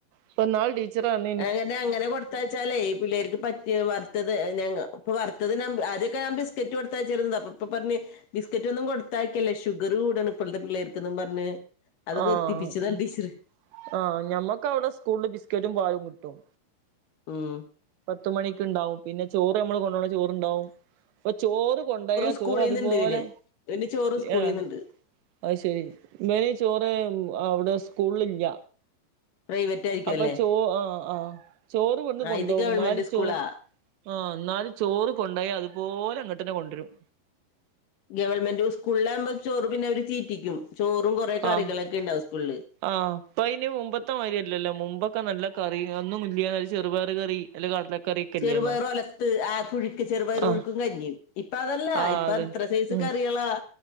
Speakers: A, on the right; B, on the left.
A: ഇപ്പൊ ഇന്നാള് ടീച്ചർ പറഞ്ഞു
B: അങ്ങനെ അങ്ങനെ കൊടുത്തയച്ചാലേ പിള്ളേർക്ക് പറ്റിയ വറുത്തത് ഇപ്പൊ വറുത്തത് ഞാ ആദ്യൊക്കെ ഞാൻ ബിസ്ക്കറ്റ് കൊടുത്തയിച്ചിർന്നത് അപ്പൊ ഇപ്പൊ പറഞ്ഞ് ബിസ്ക്കറ്റ് ഒന്നും കൊടുത്തയക്കല്ലേ ഷുഗർ കൂടാണ് ഇപ്പോഴത്തെ പിള്ളേർക്ക്ന്നും പറഞ്ഞ് അത്
A: ആഹ്
B: നിർത്തിപ്പിച്ചതാണ് ടീച്ചറ്
A: ആഹ് ഞമ്മക്ക് അവിടെ സ്കൂളില് ബിസ്കറ്റും പാലും കിട്ടും
B: ഉം
A: പത്ത് മണിക്ക് ഇണ്ടാവും പിന്നെ ചോറ് ഞമ്മള് കൊണ്ടോണ ചോറുണ്ടാവും അപ്പൊ ചോറ് കൊണ്ടോയ
B: സ്കൂളിൽ
A: ചോറ് അതുപോലെ
B: നിന്നുണ്ട് ഇവന് ഇവന് ചോറ് സ്കൂളിൽ
A: ആ
B: നിന്നുണ്ട്
A: അയ്ശെരി ഇവന് ചോറ് അവിടെ സ്കൂളിൽല്ല
B: പ്രൈവറ്റ് ആയിരിക്കും
A: അപ്പൊ
B: അല്ലേ
A: ചോ ആഹ ആഹ ചോറ് ഇവട്ന്ന്
B: ആ
A: കൊണ്ടോവും
B: ഇത് ഗവൺമെന്റ്
A: ഇന്നാലും
B: സ്കൂളാ
A: ആഹ ഇന്നാലും ചോറ് കൊണ്ടോയാ അതുപോലെ അതുപോലെ ഇങ്ങോട്ടെന്നെ കൊണ്ടരും
B: ഗവൺമെന്റ് സ്കൂളിലാവ്മ്പോ ചോറു പിന്നെ അവര് തീറ്റിക്കും ചോറും കുറെേ കറികളൊക്കെ
A: ആഹ്
B: ഇണ്ടാവും സ്കൂളില്
A: ആഹ് ഇപ്പൊ അയിന് മുമ്പത്തെ മാരി അല്ലല്ലോ മുമ്പൊക്കെ നല്ല കറി ഒന്നും ഇല്ല്യ നല്ല ചെറുപയറ് കറി അയില് കടലക്കറി
B: ചെറുപയറ്
A: ഇല്ലേന്നാ
B: ഒലത്ത് ആ പുഴുക്ക് ചെറുപയറ് പുഴുക്കും
A: ആഹ്
B: കഞ്ഞിയും ഇപ്പ അതല്ല
A: ആഹ്
B: ഇപ്പ
A: അതെ
B: എത്ര സൈസ്
A: ഉം
B: കറികളാ